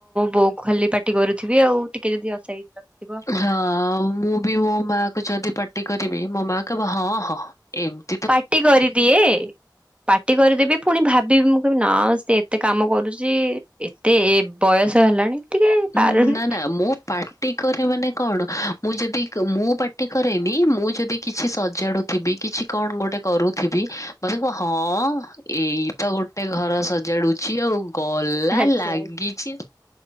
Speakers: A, on the right; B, on the left.
A: ବୋଉକୁ ଖାଲି ପାଟି କରୁଥିବି ଆଉ ଟିକେ ଯଦି ଅସାଇଜ ରଖିଥିବ।
B: ହଁ ମୁଁ ବି ମୋ ମାଆ କୁ ଯଦି ପାଟି କରିବି ମୋ ମା କହିବ ହଁ ହଁ ଏମତି
A: ପାଟି କରିଦିଏ। ପାଟି କରିଦେବି ପୁଣି ଭାବିବି ମୁଁ କହିବି ନା ସେ ଏତେ କାମ କରୁଚି। ଟେ ଏ ବୟସ ହେଲାଣି। ଟିକେ
B: ଉଁ
A: ପାରୁନି
B: ନା ନା ମୁଁ ପାଟି କରେ ମାନେ କଣ ମୁଁ ଯଦି ମୁଁ ପାର୍ଟି କରେନି ମୁଁ ଯଦି କିଛି ସଜାଡୁ ଥିବି କିଛି କଣ ଗୋଟେ କରୁଥିବି ମତେ କୁହ ହଁ ଏଇ ତ ଗୋଟେ ଘର ସଜାଡୁଛି ଆଉ ଗଲା
A: ଆଚ୍ଛା
B: ଲାଗିଛି।
A: ଆଚ୍ଛା।